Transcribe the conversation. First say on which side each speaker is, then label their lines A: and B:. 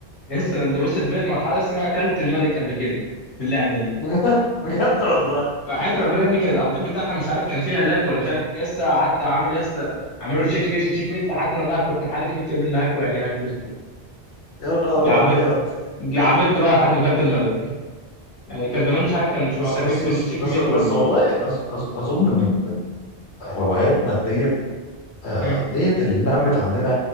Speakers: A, on the left (about 65°); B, on the left (about 80°).
A: لسه انا وصلت بين المرحله لسه انا اكلت الملك قبل كده في اللعبه دي
B: بجد بجد والله
A: وحياة ربنا يا ابني كان الابديت بتاعها مش عارف كان فيها لاج ولا مش عارف ايه لسه قعدت عامل لسه عامله تشيك ميت تشيك ميت لحد ما انا كنت حالف 100 يمين لا هاكله يعني هاكله
B: يا نهار
A: جعبت
B: ابيض
A: جعبت بقى لحد ما كلت الملك يعني كان زمان مش عارف كان مش
B: بس
A: معترفين
B: بس
A: بالتشيك
B: بس بس
A: ميت
B: بس
A: ولا ايه
B: والله أظ أظ اظن من من هواياتنا ديت آه،
A: مم.
B: ديت اللي نمت عندنا